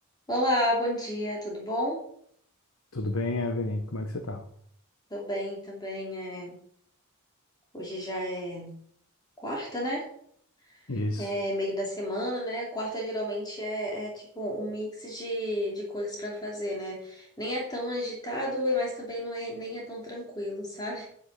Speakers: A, on the left; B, on the left.
A: Olá, bom dia, tudo bom?
B: Tudo bem, Evelyn? Como é que você tá?
A: Tô bem também. É... Hoje já é quarta, né?
B: Isso.
A: É meio da semana, né? Quarta geralmente é, é tipo um mix de, de coisas pra fazer, né? Nem é tão agitado, mas também não é, nem é tão tranquilo, <laughs> sabe?